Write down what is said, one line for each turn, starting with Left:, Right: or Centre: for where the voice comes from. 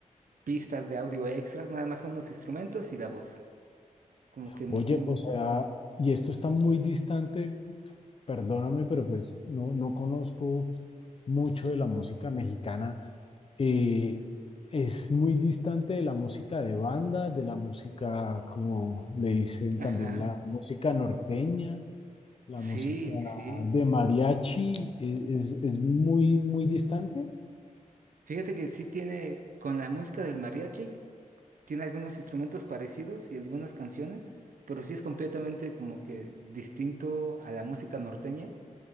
Right: pistas de audio extras, nada más son los instrumentos y la voz, como que
Left: Oye,
Right: muy,
Left: o sea, y esto está muy distante perdóname, pero pues no, no conozco mucho de la música mexicana. Eh, es muy distante de la música de banda, de la música, como le dicen
Right: ajá,
Left: también, la música norteña, la
Right: sí,
Left: música
Right: sí.
Left: de mariachi, e- es, es muy, muy distante.
Right: Fíjate que sí tiene, con la música del mariachi, tiene algunos instrumentos parecidos y algunas canciones, pero sí es completamente como que distinto a la música norteña